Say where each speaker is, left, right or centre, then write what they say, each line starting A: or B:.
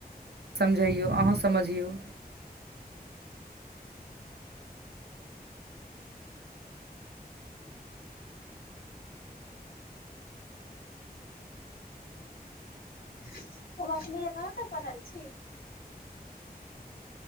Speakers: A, on the right (about 90°); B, on the left (about 65°).
A: समझैयौ अहों समझियौ
B: तब अपने के कहाँ तक पढ़ल छी